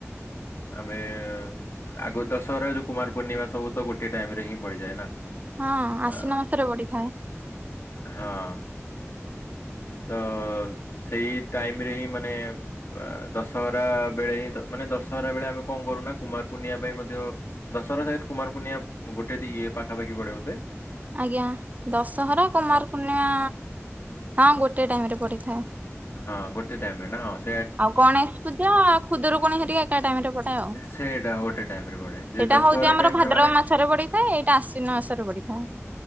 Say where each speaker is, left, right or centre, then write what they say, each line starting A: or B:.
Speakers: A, on the left; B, on the right.
A: <unintelligible> ଆଗୁରୁ ଦଶହରା, ଯୋଉ କୁମାର ପୂର୍ଣ୍ଣିମା ସବୁ ତ ଗୋଟିଏ ଟାଇମ୍ ରେ ହିଁ ପଡିଯାଏ ନା।
B: ହଁ ଆଶ୍ଵିନ
A: ଆ
B: ମାସରେ ପଡିଥାଏ।
A: ହଁ। ତ। ସେଇ ଟାଇମ୍ ରେ ହିଁ ମାନେ। ଦଶହରା ବେଳେ ହିଁ ମାନେ ଦଶହରା ବେଳେ ଆମେ କଣ କରୁନା କୁମାର। ପୁନିଆ ପାଇଁ ମଧ୍ୟ ଦଶହରା, କୁମାର ପୂର୍ଣ୍ଣିମା ଗୋଟେ ଇଏ ପାଖାପାଖି ପଡେ ବୋଧେ।
B: ଆଜ୍ଞା। ଦଶହରା, କୁମାରପୂର୍ଣ୍ଣିମା
A: ହଁ
B: ହଁ ଗୋଟେ ଟାଇମ୍ ରେ ପଡିଥାଏ।
A: ହଁ। ଗୋଟେ ଟାଇମ୍ ରେ ନା ହଉ
B: ଆଉ ଗଣେଶପୂଜା, ଖୁଦୁରୁକୁଣୀ ହେରିକା। ଟାଇମ୍ ରେ ପଡ଼େ ଆଉ। ସେଇଟା
A: ସେଇଟା ଗୋଟେ ଟାଇମ ରେ ପଡେ ଯେ ଦଶହରା
B: ହଉଛି ଆମର
A: ଟାଇମ
B: ଭାଦ୍ରବ
A: ରେ ମାନେ
B: ମାଛରେ ପଡି। ଏଇଟା ଆଶ୍ୱିନ ମାସରେ ପଡିିଥାଏ।